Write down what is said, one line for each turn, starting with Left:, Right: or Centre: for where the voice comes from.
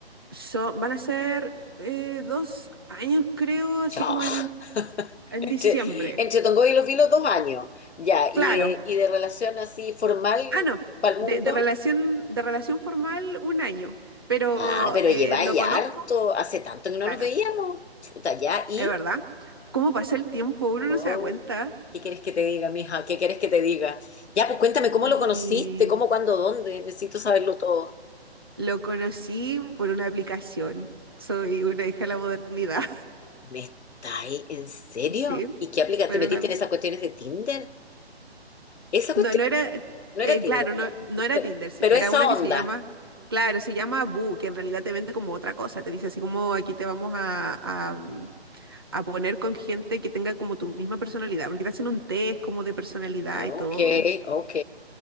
Right: So- van a ser eh, dos años, creo, así
Left: Chao.
Right: como
Left: <laughs>
Right: en, en
Left: Entre,
Right: diciembre.
Left: entre Tongoy y Los Vilos, dos años. Ya,
Right: Claro.
Left: y de, y de relación así formal
Right: Ah, no,
Left: para el
Right: de,
Left: mundo.
Right: de relación, de relación formal un año, pero
Left: Ah, pero
Right: eh,
Left: lleváis
Right: lo conozco,
Left: harto. Hace tanto que no
Right: claro,
Left: nos veíamos. Chuta, ya. ¿Y?
Right: es verdad. ¿Cómo pasa el tiempo? Uno
Left: Oh,
Right: no se da cuenta.
Left: ¿qué quieres que te diga, mija? ¿Qué quieres que te diga? Ya, pues cuéntame cómo
Right: Y
Left: lo conociste, cómo, cuándo, dónde. Necesito saberlo todo.
Right: lo conocí por una aplicación. Soy una hija de la modernidad,
Left: ¿Me estáis en serio?
Right: <laughs> ¿sí?
Left: ¿Y qué aplica?
Right: Por
Left: ¿Te metiste
Right: una...
Left: en esas cuestiones de Tinder? ¿Esa cuestión?
Right: No, no era,
Left: No era
Right: eh,
Left: Tinder,
Right: claro,
Left: ya.
Right: no, no era
Left: Pero,
Right: Tinder, sí,
Left: pero
Right: era
Left: esa
Right: una que
Left: onda.
Right: se llama, claro, se llama Boo, que en realidad te vende como otra cosa, te dice así como aquí te vamos a, a, mm, a poner con gente que tenga como tu misma personalidad, porque te hacen un test como de personalidad
Left: Ah,
Right: y
Left: Ok,
Right: todo.
Left: ok.